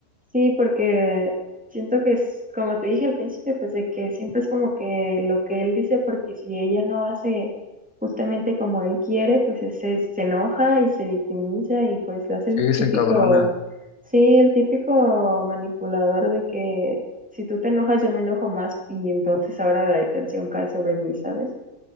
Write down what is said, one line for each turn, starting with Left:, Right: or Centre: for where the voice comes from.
Centre: Sí, porque siento que es, como te dije al principio, pues de que siempre es como que lo que él dice, porque si ella no hace justamente como él quiere, pues es- se, se enoja y se victimiza y pues lo hace
Left: Sí,
Centre: el
Left: se
Centre: típico,
Left: encabrona.
Centre: sí, el típico manipulador de que si tú te enojas yo me enojo más y entonces ahora la detención cae sobre mí, ¿sabes?